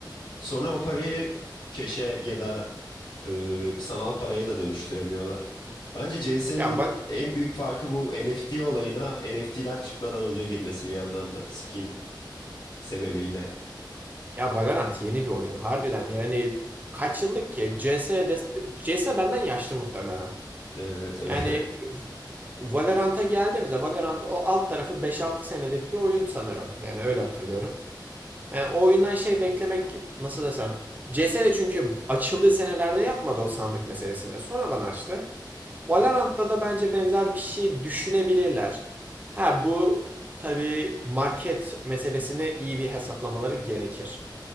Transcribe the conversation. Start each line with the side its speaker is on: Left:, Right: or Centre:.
Left: sonra o parayı keşe ya da e, sanal paraya da dönüştüremiyorlar. Bence CS'nin
Right: Ya Va-
Left: en büyük farkı bu NFT olayına NFT'ler çıkmadan önce girmesi bir yandan da skin sebebiyle.
Right: Ya Valorant yeni bir oyun harbiden yani kaç yıllık ki? CS, de, CS benden yaşlı muhtemelen.
Left: Ee, tabii.
Right: Yani Valorant'a geldiğimizde Valorant o alt tarafı beş altı senelik bir oyun sanırım. Yani öyle hatırlıyorum. Yani o oyundan şey beklemek nasıl desem. CS de çünkü açıldığı senelerde yapmadı o sandık meselesini. Sonradan açtı. Valorant'ta da bence benzer bir şey düşünebilirler. Ha bu tabii market meselesini iyi bir hesaplamaları gerekir.